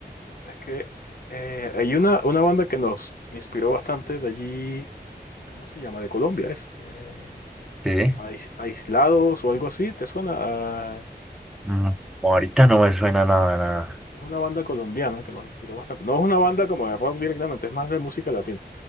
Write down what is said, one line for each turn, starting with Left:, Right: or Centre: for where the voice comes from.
Left: es que eh, hay una, una banda que nos inspiró bastante de allí, ¿cómo se llama? De Colombia, es. Eh,
Centre: Sí.
Left: Ais- Aislados o algo así, ¿te suena? Ah,
Centre: Mm, Ahorita no me suena nada, nada.
Left: es una banda colombiana que nos inspiró bastante. No es una banda como de rock directamente, es más de música latina.